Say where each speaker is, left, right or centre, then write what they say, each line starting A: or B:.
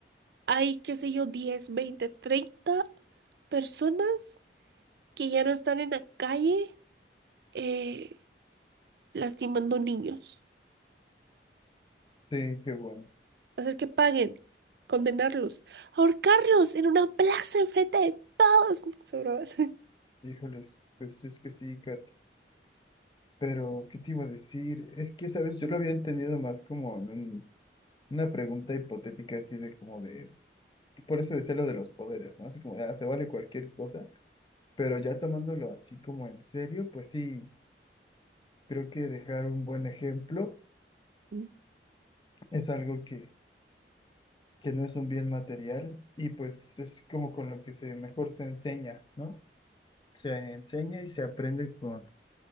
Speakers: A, on the right; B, on the left.
A: hay, qué sé yo, diez veinte 30 personas que ya no están en la calle eh, lastimando niños.
B: sí, qué bueno.
A: Hacer que paguen, condenarlos, ahorcarlos en una plaza enfrente de todos. <laughs> Son bromas.
B: Híjoles, pues es que sí, Kat. Pero, ¿qué te iba a decir? Es que, ¿sabes? Yo lo había entendido más como en un- una pregunta hipotética así de como de Por eso decía lo de los poderes, ¿no? Así como, ah, se vale cualquier cosa, pero ya tomándolo así como en serio, pues sí, creo que dejar un buen ejemplo
A: Mm.
B: es algo que, que no es un bien material y pues es como con lo que se mejor se enseña, ¿no? Se enseña y se aprende con,